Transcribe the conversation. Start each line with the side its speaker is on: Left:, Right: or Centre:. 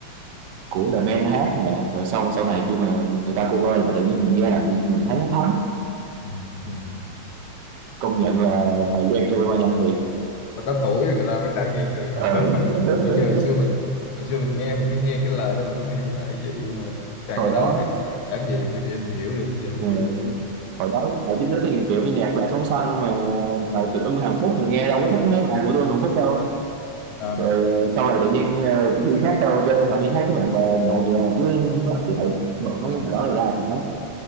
Right: của The Men hát nè rồi xong sau này khi mà người ta cover lại tự nhiên mình nghe là mình, mình thấy nó thấm
Left: ừ, ừ.
Right: công nhận là thời gian trôi qua nhanh thiệt
Left: Và có tuổi người ta mới trải nghiệm được
Right: ừ.
Left: đó. <laughs>
Right: <laughs>
Left: kiểu kia hồi xưa mình hồi xưa mình nghe mình chỉ nghe cái lời thôi mình không hiểu nó là gì nhưng mà càng
Right: hồi
Left: lớn
Right: đó
Left: càng trải nghiệm thì kia mình hiểu được bây giờ mình
Right: ờ,
Left: hiểu được
Right: hồi đó thời chín thì kiểu như nhạc là sóng xanh mà thời tự ưng Hàn Phúc mình nghe đâu có thích mấy bài của tôi Hàn Phúc đâu
Left: à,
Right: rồi ờ, sau này tự nhiên ờ, đi hát karaoke hoặc đi hát với bạn bè nhậu nhẹt cứ mất lại bật mấy cái bài đó ra mà hát